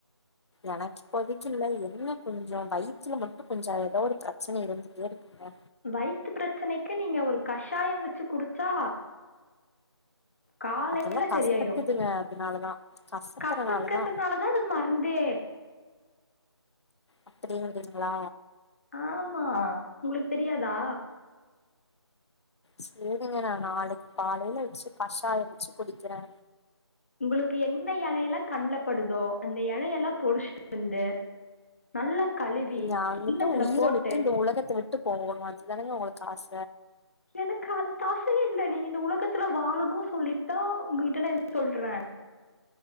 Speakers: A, on the left; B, on the left.
A: எனக்கு இப்போதைக்கி இல்ல என்ன கொஞ்சொ வயித்துல மட்டு கொஞ்ச ஏதோ ஒரு பிரச்சன இருந்துட்டே இருக்குங்க
B: வயித்து பிரச்சனைக்கு நீங்க ஒரு கஷாயம் வச்சு குடிச்சா காலைல
A: அதெல்லா கசக்குதுங்க
B: சரியாயிரு
A: அதனாலதா கசக்கறனாலதா
B: கசக்கரநாலதா அது மருந் து
A: அப்டிங்கிறிங்ளா
B: ஆமா ஒங்ளுக்கு தெரியாதா
A: சேரிங்க நா நாளைக்கு காலைல வச்சி கஷாயோ வச்சி குடிக்கிறே
B: ஒங்ளுக்கு என்ன எலையெல்லா கண்லபடுதோ அந்த எலையெல்லா பொரிச்சுட்டு வந்து நல்லா கழுவி
A: நா வந்துட்டு
B: கிண்ணத்துல
A: உயிர
B: போட்டு
A: விட்டு இந்த உலகத்த விட்டு போகனு அதுதானேங்க ஒங்ளுக்கு ஆச
B: எனக்கு அந்த ஆசையே இல்ல நீங்க இந்த உலகத்துல வாழனு சொல்லிட் தா ஒங்ககிட்ட நா இத சொல்றே